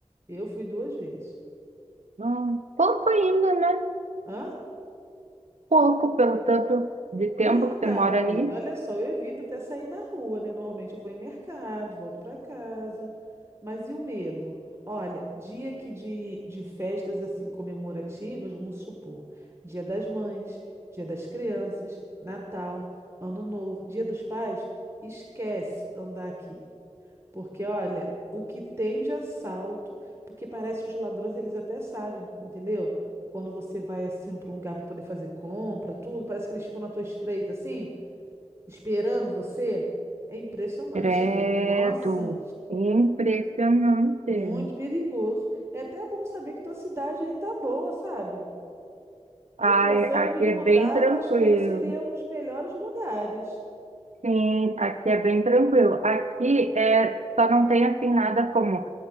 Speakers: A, on the right (about 20°); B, on the right (about 75°).
A: eu fui duas vezes.
B: Hum. Pouco ainda, né?
A: Hã?
B: Pouco pelo tanto de tempo
A: Então,
B: que você mora
A: amiga,
B: aí.
A: olha só, eu evito até sair na rua, né? Normalmente eu vou em mercado, volto para casa. Mas e o medo? Olha, dia aqui de, de festas assim comemorativas, vamos supor, Dia das Mães, Dia das Crianças, Natal, Ano Novo, Dia dos Pais, esquece andar aqui. Porque, olha, o que tem de assalto, porque parece que os ladrões eles até sabem, entendeu? Quando você vai assim para um lugar para poder fazer compra, tudo, parece que eles ficam na tua espreita assim, esperando você. É impressionante,
B: Credo.
A: amiga. Nossa,
B: Impressionante.
A: muito perigoso. É até bom saber que tua cidade aí tá boa, sabe?
B: Ai,
A: Eu pensando
B: aqui
A: em me mudar,
B: é bem tranquilo.
A: eu acho que aí seria um dos melhores lugares.
B: Sim, aqui é bem tranquilo. Aqui é, só não tem assim nada como